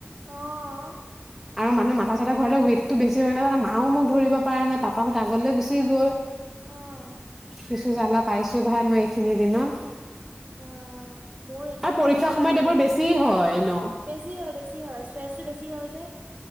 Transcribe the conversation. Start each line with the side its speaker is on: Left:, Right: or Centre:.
Right: অহ।
Centre: আৰু মানুহ মাথা চাথা ঘূৰাতে ৱেইটটো বেছি হয় জানা মাও মোক ধৰিব পৰা নাই পাপাহঁত আগলৈ গুচি গ'ল।
Right: অ'
Centre: কিছু জ্বালা পাইছো ভাই মই এইখিনি দিনত।
Right: বা মোৰ এতিয়া
Centre: আৰু
Right: মাথা
Centre: পৰীক্ষাৰ
Right: বিষায়ে
Centre: সময়ত এইবোৰ
Right: আছে।
Centre: বেছি হয় ন
Right: বেছি হয়, বেছি হয় ষ্ট্ৰেছটো বেছি হয় যে।